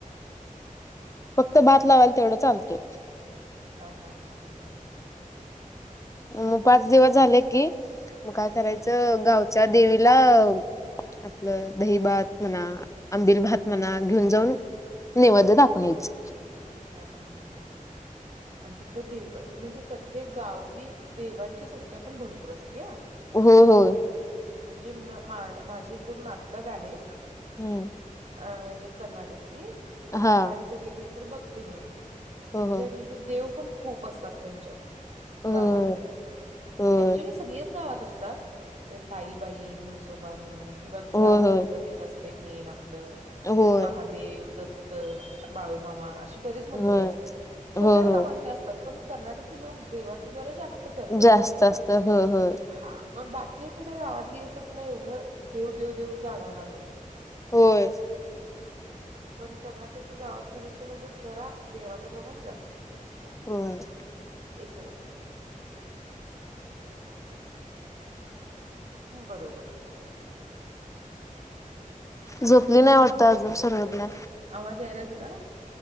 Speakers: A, on the left; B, on the right.
A: फक्त भात लावाला तेवढं चालतय
B: हा -हा- हा -हा
A: मग पाच दिवस झाले कि मग काय करायचं
B: हं,
A: गाव- त्या देवीला आपलं दही-भात म्हणा- आंबिल
B: हां.
A: भात म्हना घेऊन जाऊन नैवद दाखवूण यायच
B: हा -हा- हा -हा -हा आणि तिकड देव म्हणजे प्रत्येक गावी देवांची संख्या पण भरपूर असती ह-
A: हो- हो
B: म्हणजे माझे एक दोन नातलग आहेत
A: हम्म-
B: अ म्हणजे कर्नाटकी त्यांच्या
A: हा
B: गावी कधी येेईल तर बघते मी- त्यांच्या
A: हो हो
B: म्हणजे देव पण खूप असतात त्यांच्यात-
A: होय
B: गावातलेच
A: होय
B: ऍक्च्युली सगळेच- गावात असतात ते ताईबाई म्हसोबा म्हण किंवा
A: होय
B: ग्राम
A: होय
B: दैवत एक असत- मेन आपल
A: होय
B: महादेव दत्त बाळमामा- बरीच मणदर
A: होय
B: असतात सगळ्याच
A: होय होय
B: गावातनी असतात पण कनार्टक लोक देवाच जरा जास्त- ते करतात
A: जास्त
B: बरोबर ना
A: असत होय होय
B: हा- मग बाकी एखाद्या गावात गेलीस तर तुला एवढं देव -देव- देव जाणवणार नाही
A: होय-
B: पण कर्नाटकी हे गावात गेलीस त म्हणजे जरा देवाचं प्रमाण जास्त आहे
A: हो-
B: एक मिनिंट <inaudible> ह् बरोबर-
A: झोपली
B: हम्म
A: नाही वाटत अजून सरर्वज्ञा
B: आवाज यायलाय तुला-